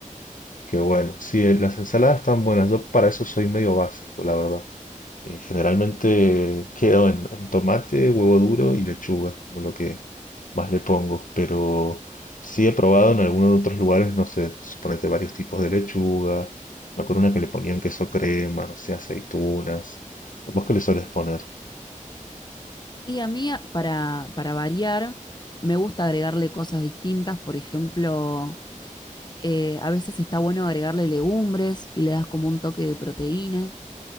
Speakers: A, on the left; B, on the left.
A: Que bueno, sí, eh, las ensaladas están buenas, yo para eso soy medio básico, la verdad. Eh, generalmente quedo en, en tomate, huevo duro y lechuga, es como lo que más le pongo. Pero sí he probado en algunos otros lugares, no sé, suponete varios tipos de lechuga. Me acuerdo una que le ponían queso crema, no sé, aceitunas. ¿Vos qué le sueles poner?
B: Y a mí, a- para, para variar, me gusta agregarle cosas distintas. Por ejemplo, eh, a veces está bueno agregarle legumbres y le das como un toque de proteína.